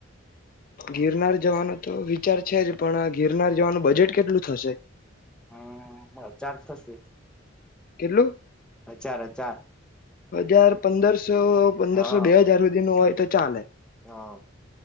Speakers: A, on the left; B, in the centre.
A: ગિરનાર જવાનો તો વિચાર છે જ પણ ગિરનાર જવાનું બજેટ કેટલું થશે
B: હમ્મ બ ચારસોં અસી
A: કેટલું
B: હજાર હજાર
A: હજાર પંદરસો.. પંદરસો
B: હા
A: બેહજાર સુધીનું હોય તો ચાલે
B: હા..